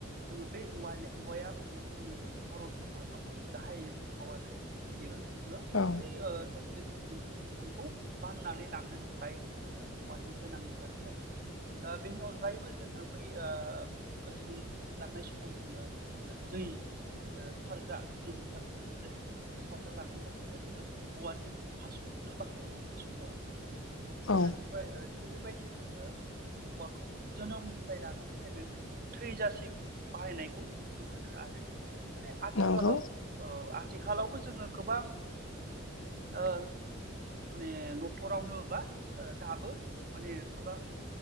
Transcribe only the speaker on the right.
जोङो बे वानि औवाया माने जोंनि बर' समाजाव माने गाहाय बिफाव आरो बेयो। जोङो
बै ओ सासे गोथै सुबुंखौ बाननानै लांनो थाखाय औवानि गोनांथार जायो बेनि अनगायैबो जोङो बै ओ गोथै लांनाय समाव जोङो दै ओ सारग्रा दै गोथार जग सारग्रा लांनो थाखायबो जोङो औवानि हासुंखौनो बाहायो बे समाव।
गथिबाय ओ थिग बेबायदिनो जोङो बे औवाखौ जोनोमनिफ्राय लानानै जोङो थैजासिम बाहायनायखौ नुनो मोनो आरो। माने आथिखालाव
ओ आ आथिखालावबो जोङो गोबां ओ माने न खरावनो बा दाबो माने गोबां